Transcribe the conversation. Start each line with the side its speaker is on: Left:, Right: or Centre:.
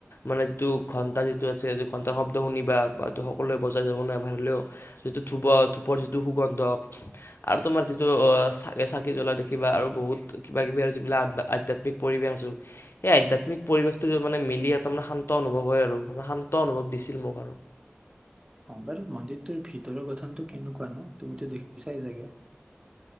Left: মানে যিটো ঘন্টা যিটো আছে সেইটো ঘটাৰ শব্দ শুনিবা বা সকলোৱে বজাই যাব নাইবা হলেও যিটো ধূপৰ ধূপৰ যিটো সুগন্ধ আৰু তোমাৰ যি চ চাকি জ্বলাই দেখিবা আৰু বহুত কিবা কিবি আৰু যিবিলাক আধ্যাত্মিক পৰিৱেশ আছো সেই আধ্যাত্মিক পৰিৱেশটো মানে মিলি তাৰ মানে শান্ত অনুভৱ হয় আৰু শান্ত অনুভৱ দিছিল মোক আৰু
Right: অ বাৰু মন্দিৰটোৰ ভিতৰৰ গঠনটো কেনেকুৱানো? তুমিতো দেখিছাই চাগে!